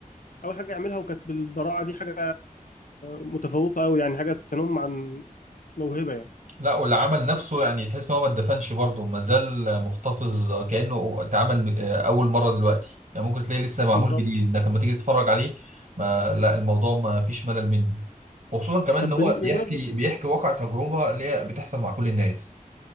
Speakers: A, on the left; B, on the right.
A: اول حاجه يعملها وكانت بالبراعه دي حاجه متفوقه قوي يعني حاجه تنم عن موهبه يعني
B: لا والعمل نفسه يعني تحس ان هو ما اتدفنش برضه ما زال محتفظ كأنه اتعمل آه، اول مرة دلوقتي يعني ممكن تلاقيه لسه معمول
A: بالظبط
B: جديد انك لما تيجي تتفرج عليه ما لا الموضوع ما فيش ملل منه وخصوصا كمان
A: طب
B: ان هو
A: بن-
B: بيحكي
A: بمناسبه
B: بيحكي واقع تجربة اللي هي بتحصل مع كل الناس